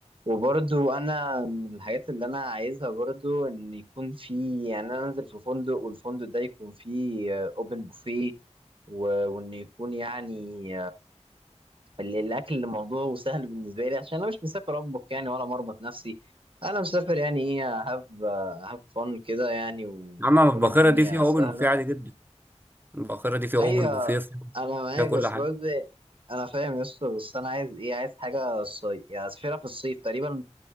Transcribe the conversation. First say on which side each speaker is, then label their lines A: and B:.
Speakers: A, on the right; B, on the right.
A: وبرضو انا من الحاجات اللي انا عايزها برضو ان يكون في يعني انا انزل في فندق والفندق ده يكون فيه اوبن بوفيه وان يكون يعني ال- الاكل موضوع سهل بالنسبه لي عشان انا مش مسافر اطبخ يعني ولا مربط نفسي انا مسافر يعني ايه هاف هاف فن كده يعني ويكون
B: أما الباخرة
A: الدنيا
B: دي فيها أوبن
A: سهله
B: بوفيه عادي جدا الباخرة دي فيها أوبن
A: ايوه
B: بوفيه فيها
A: انا معاك
B: فيها كل
A: بس
B: حاجة
A: برضه انا فاهم يا اسطى بس انا عايز ايه عايز حاجه صيف يعني اسافرها في الصيف تقريبا